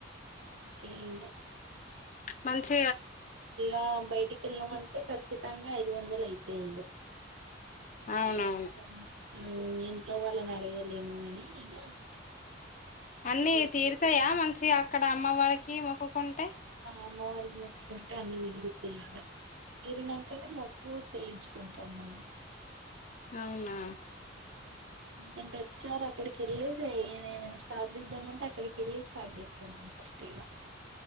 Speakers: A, on the right; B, on the left.
A: ఒకే ఇంగ హు
B: మంచి
A: ఇలా బయటికి వెళ్ళావంటే ఖచ్చితంగా ఐదు వందలు అయితేయిం
B: అవునవును
A: ఏం పర్ల ఊ మోగవాళ్ళని అడగిలేము అని ఇగ
B: అన్ని
A: వెళ్ళట్లేదు
B: తీరుతాయా
A: ఇగ
B: మంచి అక్కడ అమ్మవారికి మొక్కుకుంటే
A: అమ్మవారికి మెుక్కుకుంటే అన్ని మిగులు తీరిందా తీరినాంకనే మెుక్కు చెల్లించుకుంటాం మనం
B: అవునా
A: నేను ప్రతిసారి అక్కడికి ఎళ్ళిసే ఏదైన స్టార్ట్ జేద్దామంటే అక్కడికి వెళ్ళి స్టార్ట్ చేస్తాను ఫస్ట్ ఇలా